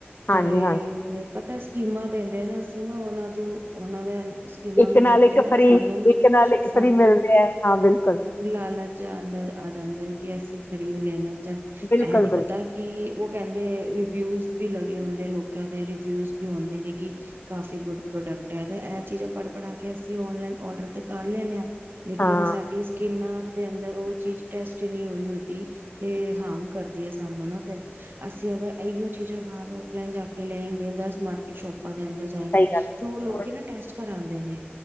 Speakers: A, on the left (about 50°); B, on the right (about 60°).
A: ਹਾਂਜੀ
B: ਤੇ
A: ਹਾਂਜੀ
B: ਪਤੈ ਸਕੀਮਾਂ ਦੇਂਦੇ ਨਾ ਏਨਾ ਔਨਾਂ ਤੋਂ ਉਹਨਾਂ ਦੇ ਸਕੀਮਾਂ
A: ਇੱਕ
B: ਨੂੰ
A: ਨਾਲ
B: ਦੇਖ
A: ਇੱਕ
B: ਕੇ ਨਾ
A: ਫਰੀ,
B: ਸਾਨੂੰ ਨਾ
A: ਇੱਕ ਨਾਲ ਇੱਕ
B: ਸਾਨੂੰ
A: ਫਰੀ ਮਿਲ
B: ਨਾ
A: ਰੇ ਐ, ਹਾਂ ਬਿਲਕੁਲ
B: <unintelligible> ਆ ਜਾਂਦਾ ਐ ਕਿ ਅਸੀਂ ਖਰੀਦ ਲੇਣੇ ਆਂ। ਜੱਦ
A: ਬਿਲਕੁਲ
B: ਇਹ ਨੀ
A: ਬਿਲਕੁਲ
B: ਪਤਾ ਕਿ ਔ ਕੈਂਦੇ ਰਿਵਿਊਜ ਵੀ ਲਗੇ ਹੁੰਦੇ ਲੋਕਾਂ ਦੇ, ਰਿਵਿਊਜ ਵੀ ਹੁੰਦੇ ਨੇ ਕਿ ਕਾਫ਼ੀ ਗੁੱਡ ਪ੍ਰੋਡਕਟ ਐ ਤੇ ਇਹ ਚੀਜ਼ਾਂ ਪੜ ਪੜਾ ਕੇ ਅਸੀਂ ਔਨਲਾਈਨ ਔਡਰ ਤੇ ਕਰ ਲੈਂਨੇ ਆਂ। ਲੇਕਿਨ
A: ਹਾਂ
B: ਸਾਡੀ ਇਨਾਂ ਦੇ ਅੰਦਰ ਔ ਚੀਜ਼ ਟੈਸਟ ਨੀ ਹੋਈ ਹੁਦੀ ਤੇ ਹਾਰਮ ਕਰਦੀ ਆ ਸਾਨੂੰ ਨਾ ਫੇਰ, ਅਸੀਂ ਅਗਰ ਐਈਔ ਚੀਜ਼ਾਂ ਬਾਹਰ ਔਫਲਾਈਨ ਜਾ ਕੇ ਲੈਗੇ ਦਸ ਮਾਰਕਿਟ ਸ਼ੋਪ ਪਾਂ ਦੇ ਅੰਦਰ ਜਾਏਂਗੇ
A: ਸਹੀ ਗੱਲ
B: ਤੇ ਉਹ ਲੋਕੀ
A: ਹੈ
B: ਨਾ ਟੈਸਟ ਕਰਾ ਗ ਨੇ